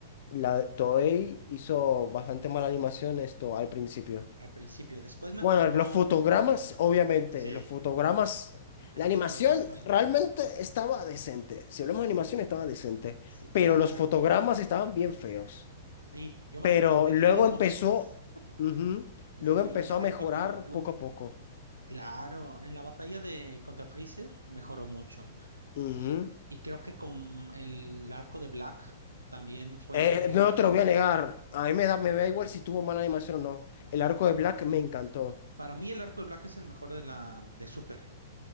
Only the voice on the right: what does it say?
Al principio, después mejoró.
Sí,
en
fotograma.
Sí, claro.
Sí, yo me
acuerdo que tenían
en
momentos
y
se le
ve la cara
de forma a Goku.
Claro, en la batalla de contra Freezer mejoró mucho.
Y, y creo que con el arco de Black también fue.
Para mí, el arco de Black es el mejor de la de Super.